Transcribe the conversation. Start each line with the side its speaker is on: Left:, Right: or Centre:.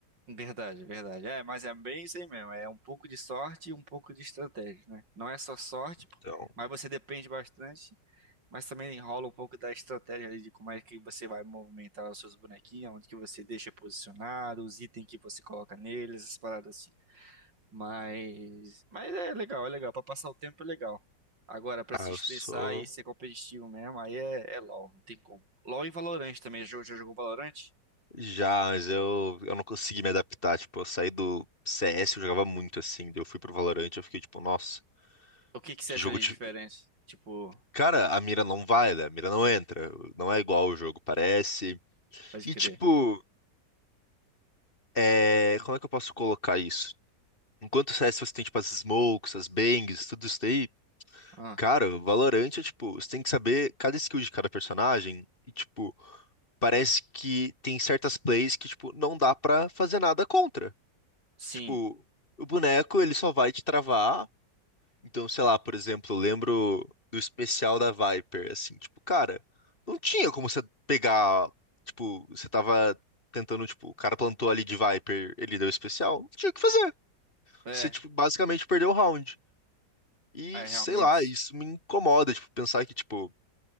Right: Verdade, verdade. É, mas é bem isso aí mesmo. É um pouco de sorte e um pouco de estratégia, né? Não é só sorte,
Left: Então,
Right: mas você depende bastante, mas também enrola um pouco da estratégia ali de como é que você vai movimentar os seus bonequinhos, onde que você deixa posicionado, os itens que você coloca neles, essas paradas assim. Mas, mas é legal, é legal. Pra passar o tempo é legal. Agora, pra
Left: ah,
Right: se estressar
Left: eu sou.
Right: e ser competitivo mesmo, aí é, é LOL, não tem como. LOL e Valorant também. Já jogou já jogou Valorant?
Left: Já, mas eu, eu não consegui me adaptar. Tipo, eu saí do CS, eu jogava muito assim. Daí eu fui pro Valorant, eu fiquei tipo, nossa,
Right: O que que você
Left: que
Right: achou
Left: jogo
Right: de
Left: de.
Right: diferença? Tipo,
Left: Cara, a mira não vai, né? A mira não entra. Não é igual o jogo, parece.
Right: pode
Left: E
Right: crer.
Left: tipo, é... como é que eu posso colocar isso? Enquanto o CS você tem tipo as smokes, as bangs, tudo isso daí.
Right: Ah,
Left: Cara, o Valorant é tipo, você tem que saber cada skill de cada personagem. E tipo, parece que tem certas plays que tipo, não dá pra fazer nada contra.
Right: sim.
Left: Tipo, o boneco ele só vai te travar. Então, sei lá, por exemplo, eu lembro do especial da Viper, assim, tipo, cara, não tinha como você pegar, tipo, você tava tentando, tipo, o cara plantou ali de Viper, ele deu especial, não tinha o que fazer.
Right: É,
Left: Você, tipo, basicamente perdeu o round. E,
Right: é realmente.
Left: sei lá, isso me incomoda, tipo, pensar que, tipo,